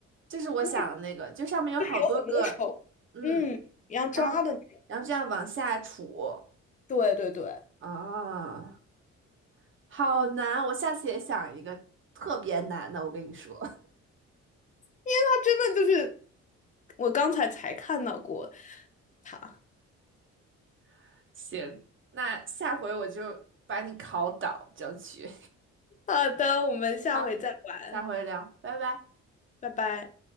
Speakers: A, on the right (about 40°); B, on the left (about 25°).
A: 就是我想的那个，
B: 那
A: 就上面有好多个，
B: 就是有很多手，
A: 嗯，
B: 嗯，你要抓的那个
A: 然后然后这样往下杵
B: 对对对，因
A: 啊，好难，我下次也想一个特别难的，我跟你说，
B: 为它真的就是我刚才才看到过它。
A: <laughs> 行，那下回我就把你考倒，争取，
B: 好的，我们下回再玩，
A: <laughs> 好，下回聊，拜拜。
B: 拜拜。